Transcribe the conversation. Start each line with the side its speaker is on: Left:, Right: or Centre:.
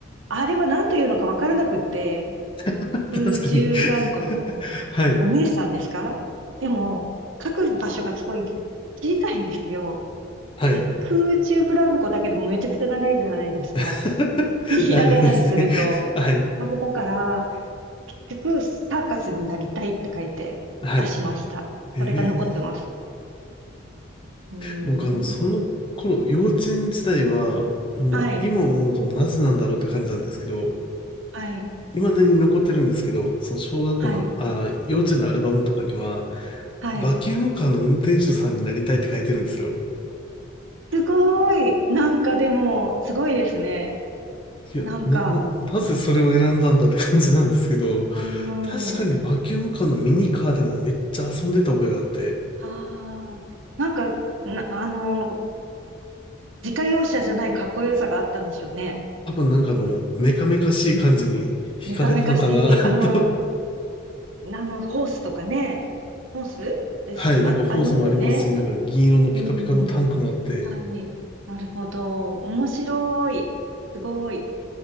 Right: あれは何て言うのか分からなくって、
Left: <laughs>
Right: 空中ブランコの
Left: 確かに <laughs> はい。
Right: お姉さんですかでも、書く場所がすごい小さいんですよ。
Left: はい。
Right: で、空中ブランコだけでもめちゃくちゃ長いじゃないですか。
Left: <laughs>
Right: <laughs> ひらがなにすると。
Left: 長いですね。<laughs> はい。
Right: だから、結局、サーカスになりたいって書いて出しました。
Left: はい。えー
Right: それが残ってます。うー
Left: 僕あの、その頃、
Right: ん。
Left: 幼稚園時代は、もう今思うとなぜなんだろうって感じなんですけど、
Right: はい。はい。
Left: 未だに残ってるんですけど、その小学校の、
Right: はい。
Left: あー、幼稚園のアルバムとかには、
Right: はい。
Left: バキュームカーの運転手さんになりたいって書いてるんですよ。
Right: すごい。なんかでも、すごいですね。
Left: いや、
Right: なんか、
Left: な、な、なぜそれを選んだんだって感じなんですけど、
Right: うー
Left: 確かにバキュームカーのミニカーでもめっちゃ遊んでた覚えがあって、
Right: ん。ああ。なんか、な、あの、自家用車じゃないかっこよさがあったんでしょうね。
Left: 多分なんかあの、メカメカしい感じに惹かれたのかな
Right: うん。メカメカしい。あの、
Left: <laughs> と。
Right: あの、ホースとかね。ホースです、
Left: はい、なんかホースもありますし、
Right: あ、ありましたよね。
Left: なんか銀色のピカピカのタンクもあって、
Right: うん。はい。なるほど。面白い。すごい。